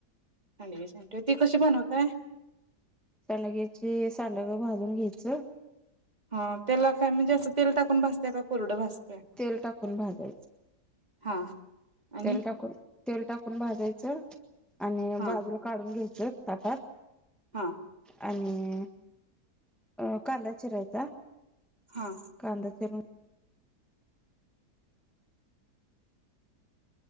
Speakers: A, on the right; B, in the centre.
A: सांडग्याची आमटी ती कशी बनवताय?
B: शलग्याची सांडगे भाजून घ्यायचं
A: हा त्याला काय म्हणजे असं तेल टाकून भासते का कोरडं भाजताय?
B: तेल टाकून भाजायचं
A: हा आणि
B: तेल टाकून तेल टाकून भाजायचं आणि
A: हा
B: बाजूला काढून घ्यायच ते तठात
A: हा
B: आणि अ कांदा चिरायचा
A: हा
B: कांदा चिरून